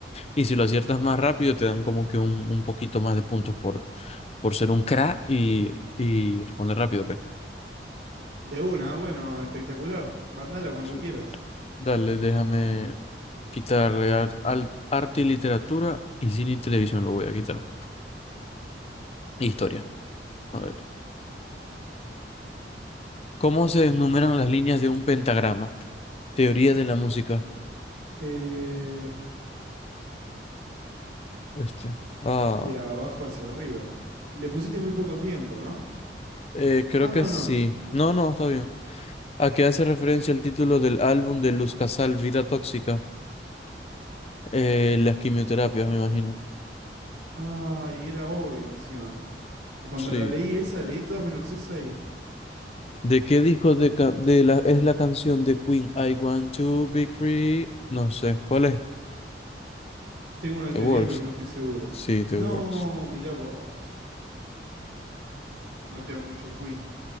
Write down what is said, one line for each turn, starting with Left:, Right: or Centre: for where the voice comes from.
Left: Y si lo aciertas más rápido, te dan como que un, un poquito más de puntos por, por ser un crack y, y responder rápido,
Right: De una, bueno, espectacular. Mandala cuando
Left: pues.
Right: quieras.
Left: Dale, déjame quitarle ar- al arte y literatura y cine y televisión lo voy a quitar. Historia. A ver. ¿Cómo se enumeran las líneas de un pentagrama? Teoría de la música.
Right: Eh,
Left: Este. Ah,
Right: de abajo hacia arriba. Le pusiste muy poco tiempo, ¿no?
Left: eh, creo
Right: Ah, no,
Left: que sí.
Right: no.
Left: No, no, está bien. ¿A qué hace referencia el título del álbum de Luz Casal, Vida Tóxica? Eh, las quimioterapias, me imagino.
Right: Ah, y era obvio encima. Cuando
Left: Sí.
Right: la leí esa, leí todas menos esa y
Left: ¿De qué disco de, ca- de la, es la canción de Queen? I want to be free. No sé. ¿Cuál es?
Right: tengo una teoría,
Left: The Works.
Right: pero no estoy seguro.
Left: Sí, The
Right: No,
Left: Works.
Right: mirá vos. No tengo mucho Queen.